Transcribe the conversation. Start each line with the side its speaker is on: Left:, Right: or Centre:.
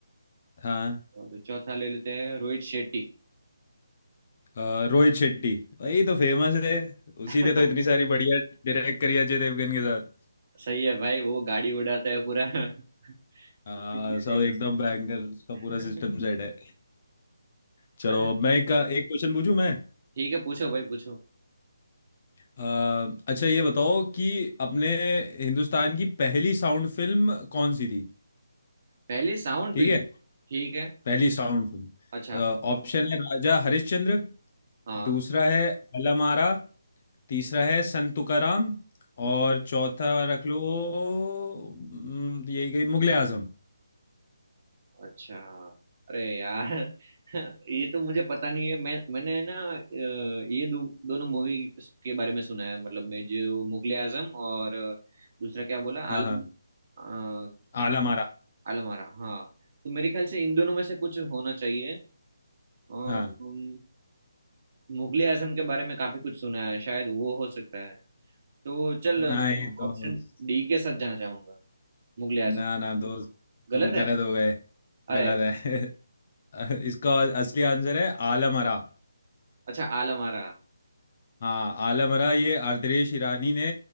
Left: हाँ
Right: और चौथा ले लेते हैं रोहित शेट्टी
Left: अ, रोहित शेट्टी यही तो फेमस है उसी
Right: <laughs>
Left: ने तो इतनी सारी बढ़िया डायरेक्ट करी अजय देवगन के साथ
Right: सही है भाई वो गाड़ी उड़ाता है पूरा <laughs>
Left: हाँ
Right: इसलिए
Left: सब
Right: फेमस
Left: एकदम बैंगर उसका
Right: है
Left: पूरा सिस्टम
Right: <laughs>
Left: सेट है चलो
Right: अरे
Left: अब मैं एक, एक क्वेश्चन पूछूं मैं
Right: ठीक है पूछो भाई पूछो
Left: अ, अच्छा ये बताओ कि अपने हिंदुस्तान की पहली साउंड फिल्म कौन सी थी
Right: पहली साउंड
Left: ठीक
Right: फिल्म
Left: है
Right: ठीक है
Left: पहली साउंड सुन
Right: अच्छा
Left: ऑप्शन है राजा हरिश्चंद्र
Right: हाँ
Left: दूसरा है अलामारा तीसरा है संत तुकाराम और चौथा रख लो हम्म, यही गई मुगले आजम
Right: अच्छा अरे यार <laughs> ये तो मुझे पता नहीं है मैं मैंने ना अ, ये दो, दोनों मूवी के बारे में सुना है मतलब मैं जो मुगले आजम और दूसरा क्या बोला
Left: हाँ
Right: आलम
Left: हाँ
Right: अ,
Left: आलामारा
Right: आलम आरा हाँ तो मेरे ख्याल से इन दोनों में से कुछ होना चाहिए अ, उम,
Left: हाँ
Right: मुगले आजम के बारे में काफी कुछ सुना है शायद वो हो सकता है तो चल
Left: नहीं
Right: मैं
Left: दोस्त
Right: ऑप्शन डी के साथ जाना चाहूंगा मुगले आजम
Left: ना ना दोस्त
Right: गलत
Left: तुम
Right: है
Left: गलत हो गए
Right: अरे
Left: गलत है <laughs> इसका असली आंसर है आलमरा
Right: अच्छा आलम आरा
Left: हाँ आलमरा ये आर्द्रेश ईरानी ने